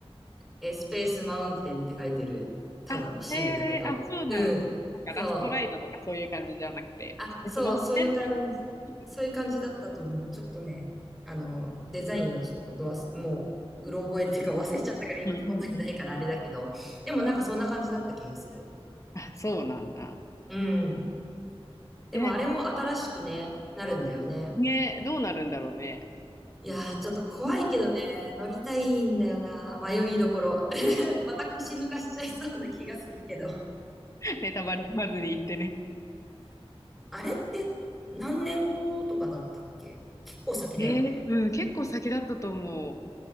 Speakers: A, in the centre; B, on the left.
A: えースペースマウンテンって書いてる、ただのシールだけど。
B: あ、へえ、あ、そうなんだ。
A: うん。
B: なんかラストライドとかそういう感じじゃなくて、
A: そう。あ、
B: ちょっと待ってっていうシール。
A: そう、そういう感じ、そういう感じだったと思う。ちょっとね、あの、デザインをちょっとどわす、もう、うろ覚えっていうか忘れちゃったから今手元にないからあれだけど、
B: うんうんうん。
A: でもなんかそんな感じだった気がする。
B: あ、そうなんだ。
A: うん。でもあれも新しくね、
B: え、なんか、
A: なるんだよね。
B: うんね、どうなるんだろうね。
A: いやー、ちょっと怖いけどね、乗りたいんだよな。迷いどころ。<laughs> また腰抜かしちゃいそうな気がするけど。
B: <laughs> ネタバレ踏まずに言ってね。
A: あれって何年後とかだったっけ結構先だよね。
B: えー、うん、結構先だったと思